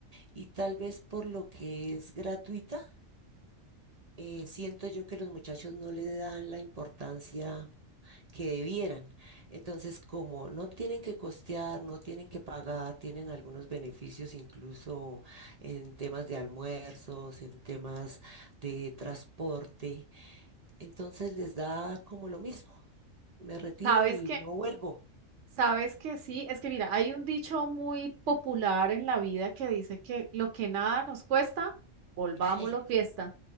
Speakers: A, on the right; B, on the right.
A: y tal vez por lo que es gratuita eh, siento yo que los muchachos no le dan la importancia que debieran. Entonces, como no tienen que costear, no tienen que pagar, tienen algunos beneficios incluso en temas de almuerzos, en temas de transporte, entonces les da como lo mismo. Me retiro
B: ¿Sabes
A: y
B: qué?
A: no vuelvo.
B: Sabes que sí, es que mira, hay un dicho muy popular en la vida que dice que lo que nada nos cuesta, volvámoslo
A: <laughs>
B: fiesta.